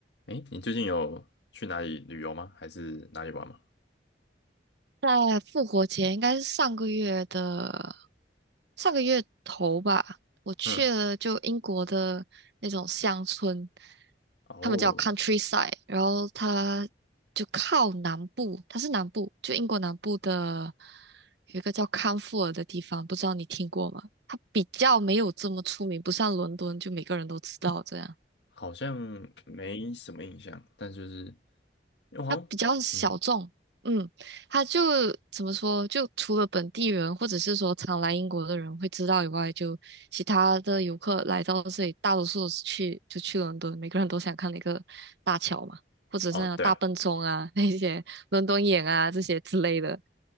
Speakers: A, on the left; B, on the right.
A: 哎，你最近有去哪里旅游吗？还是哪里玩吗？
B: 在复活节，应该是上个月的上个月头吧，我去了就英国的那种乡村，
A: 嗯，哦，
B: 他们叫 countryside，然后它就靠南部，它是南部，就英国南部的有一个叫康沃尔的地方，不知道你听过吗？它比较没有这么出名，不像伦敦就每个人都知道这样。
A: 好像没什么印象，但就是因为我好像，
B: 它比较小众，
A: 嗯，
B: 嗯，它就怎么说，就除了本地人或者是说常来英国的人会知道以外，就其他的游客来到这里，大多数都是去就去伦敦，每个人都想看那个大桥嘛，或者是那个大笨钟啊，
A: 哦，对啊，
B: <laughs> 那些伦敦眼啊这些之类的，